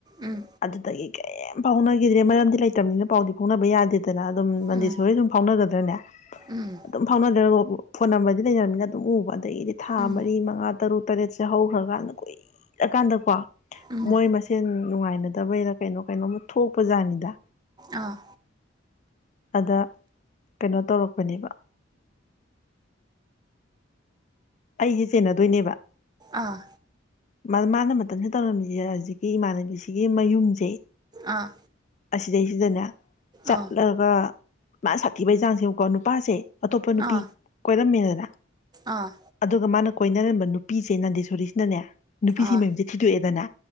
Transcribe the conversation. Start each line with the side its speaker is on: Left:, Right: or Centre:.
Right: ꯎꯝ
Left: ꯑꯗꯨꯗꯒꯤ ꯀꯔꯤꯝ ꯐꯥꯎꯅꯈꯤꯗ꯭ꯔꯦ ꯃꯔꯝꯗꯤ ꯂꯩꯇꯕꯅꯤꯅ ꯄꯥꯎꯗꯤ ꯐꯥꯎꯅꯕ ꯌꯥꯗꯦꯗ ꯠꯇꯅ ꯑꯗꯨꯝ ꯅꯟꯗꯤ
Right: ꯎꯝ
Left: ꯁ ꯍꯣꯏ ꯁꯝ ꯐꯥꯎꯅꯒꯗ꯭ꯔꯅꯦ
Right: ꯎꯝ
Left: ꯑꯗꯨꯝ ꯐꯥꯎꯅꯗ꯭ꯔꯒ ꯐꯣꯟ ꯅꯝꯕꯔꯗꯤ ꯂꯩꯅꯔꯕꯅꯤꯅ ꯑꯗꯨꯝ ꯎꯕ ꯑꯗꯗꯒꯤꯗꯤ ꯊꯥ
Right: ꯎꯝ
Left: ꯃꯔꯤ ꯃꯉꯥ ꯇꯔꯨ ꯇꯔꯦꯠꯁꯦ ꯍꯧꯈ꯭ꯔꯀꯥꯟꯗ ꯀꯨꯏꯔꯀꯥꯟꯗꯀꯣ
Right: ꯎꯝ
Left: ꯃꯣꯏ ꯃꯁꯦꯟ ꯅꯨꯡꯉꯥꯏꯅ ꯇꯕꯩꯗ ꯀꯩꯅꯣ ꯀꯩꯅꯣꯝ ꯊꯣꯛꯄ ꯖꯥꯠꯅꯤꯗ
Right: ꯑꯥ
Left: ꯑꯗ ꯀꯩꯅꯣ ꯇꯧꯔꯛꯄꯅꯦꯕ ꯑꯩ ꯍꯦ ꯆꯦꯟꯅꯗꯣꯏꯅꯦꯕ
Right: ꯑꯥ
Left: ꯃꯥꯅ ꯃꯇꯝꯁꯤꯗ ꯇꯧꯔꯝꯃꯤꯁꯦ ꯍꯧꯖꯤꯛꯀꯤ ꯏꯃꯥꯟꯅꯕꯤꯁꯤꯒꯤ ꯃꯌꯨꯝꯁꯦ
Right: ꯑꯥ
Left: ꯑꯁꯤꯗꯩꯁꯤꯗꯅꯦ ꯆꯠꯂꯒ
Right: ꯑꯥ
Left: ꯃꯥ ꯁꯥꯊꯤꯕꯩ ꯆꯥꯡꯁꯤ ꯑꯃꯨꯛꯀꯣ ꯅꯨꯄꯥꯁꯦ ꯑꯇꯣꯞꯄ ꯅꯨꯄꯤ
Right: ꯑꯥ
Left: ꯀꯣꯏꯔꯝꯃꯦꯗꯅ
Right: ꯑꯥ
Left: ꯑꯗꯨꯒ ꯃꯥꯅ ꯀꯣꯏꯅꯔꯝꯕ ꯅꯨꯄꯤꯁꯦ ꯅꯟꯗꯦꯁꯣꯔꯤꯁꯤꯅꯅꯦ ꯅꯨꯄꯤꯁꯤ
Right: ꯑꯥ
Left: ꯃꯌꯨꯝꯁꯦ ꯊꯤꯗꯣꯛꯑꯦꯗꯅ